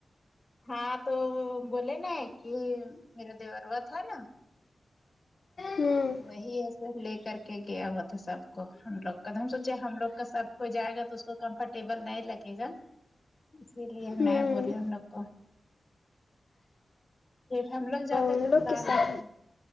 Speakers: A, on the left; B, on the left.
A: ہاں تو بولے نا کہ میرا دیوروا تھا نا
B: ہوں
A: وہی ہے سب لے کر کے گیا ہوا تھا سب کو ہم لوگ کا تو ہم سوچے ہم لوگ کا سب کو جائے گا تو اس کو کمفرٹیبل نہیں لگے گا اسی لیے
B: ہوں
A: نئے بولے ان لوگ کو ہم لوگ جاتے
B: ان
A: ہیں تو
B: لوگ
A: بلا
B: کے ساتھ
A: لتے